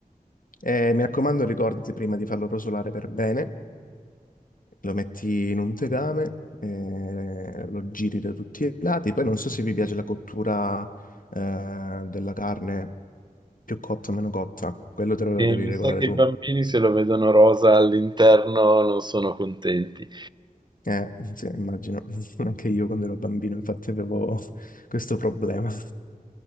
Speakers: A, on the left; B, on the right.
A: Eh, mi raccomando, ricordati prima di farlo rosolare per bene lo metti in un tegame, eh, lo giri da tutti i lati. Poi non so se vi piace la cottura, eh, della carne più cotta o meno cotta, quello te lo
B: E
A: devi
B: mi
A: regolare
B: sa che
A: tu.
B: i bambini se lo vedono rosa all'interno non sono contenti.
A: Eh, sì, immagino, <laughs> anche io quando ero bambino infatti avevo <laughs> questo problema.